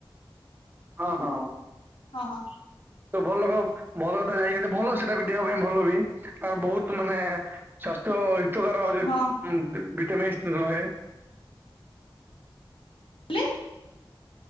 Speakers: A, on the right (about 25°); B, on the left (about 70°).
A: ହଁ, ହଁ।
B: ହଁ, ହଁ
A: ତ ଭଲ ଲୋକ, ଭଲ କଥା ଜାଣିଛନ୍ତି, ଭଲ ସେଟା ବି ଦେହ ପାଇଁ ଭଲ ବି ଆର ବହୁତ ମାନେ ସ୍ୱାସ୍ଥ୍ୟ ହିତକାର
B: ହଁ
A: ଭିଟାମିନ୍ସ ରହେ।
B: ହେଲେ।